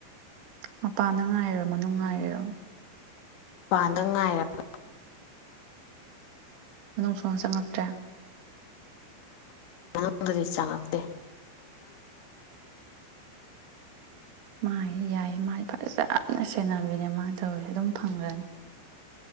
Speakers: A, on the right (about 75°); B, on the left (about 75°).
A: ꯃꯄꯥꯟꯗ ꯉꯥꯏꯔꯣ ꯃꯅꯨꯡ ꯉꯥꯏꯔꯔꯣ
B: ꯋꯥꯥꯟꯗꯪ ꯉꯥꯏꯔꯒ
A: ꯃꯅꯨꯡ ꯁꯨꯅ ꯆꯪꯉꯛꯇ꯭ꯔꯦ
B: ꯑꯅꯗꯤ ꯆ ꯂꯥꯛꯅꯤ
A: ꯃꯥꯥꯏ ꯌꯥꯏꯌꯦ ꯃꯥ ꯐꯖꯅ ꯁꯦꯟꯅꯕꯤꯅꯦ ꯃꯥꯅ ꯇꯧꯔꯤꯁꯦ ꯑꯗꯨꯝ ꯐꯪꯈ꯭ꯔꯅꯤ